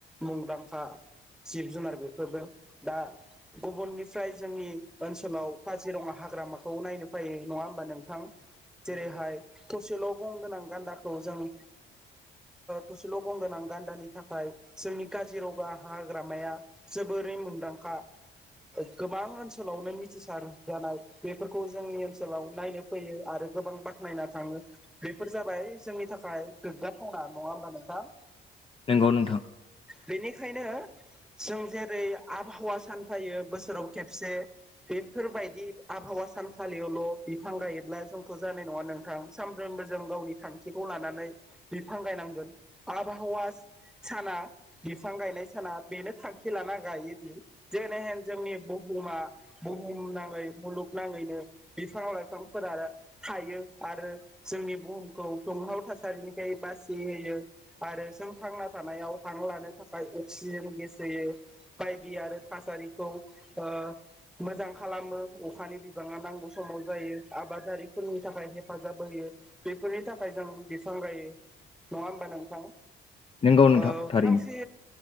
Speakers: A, in the centre; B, on the left.
A: मुंदांखा जिब जुनार बे फोरबो दा गुबुननिफ्राय जोंनि ओनसोलाव काजिरङा हाग्रामाखौ नायनो फै नङा होमबा नोंथां? जेरैहाय थसेल' गं गोनां गान्दाखौ जों थसेल' ग गोनां गान्दानि थाखाय जोंनि काजिरङा हाग्राम जोबोरै मुंदांखा गोबां ओ ओनसोलावनो मिथिसार जानाय बेफोरखौ जोंनि ओनसोलाव नायनो फैयो आरो गोबां बाख्नायना थाङो बेफोर जाबाय जोंनि थाखाय गोग्गाथावना नङा होमबा नोंथां?
B: नंगौ नोंथां।
A: बेनिखायनो जों जेरै आबहावा सानफायो बोसोराव खेबसे बेफोरबायदि आबहावा सानखालियावल' बिफां गायोब्ला जोंथ' जानाय नङा नोंथां सानफ्रोमबो जों गावनि थांखिखौ लानानै बिफां गायनांगोन आबहावा साना बिफां गायनाय साना बेनो थांखि लाना गायोदि जेरैहेन जोंनि बुहुमा बुहुम नाङै मुलुगनाङैनो बिफां लाइफांफोरा थायो आरो जोंनि बुहुमखौ दुंहाव थासारिनिफ्राय बासि होयो आरो जों थांना थानायाव हां लानो थाखाय अक्सिजेन गेस होयो बायदि आरो थासारिखौ ओ मोजां खालामो अखानि बिबाङा नांगौ समाव जायो आबादारिफोरनि थाखाय हेफाजाब होयो बेफोरनि थाखाय जों बिसन गायो नङा होमबा नोंथां?
B: नंगौ नोंथां
A: ओ
B: थारैनो
A: फांसे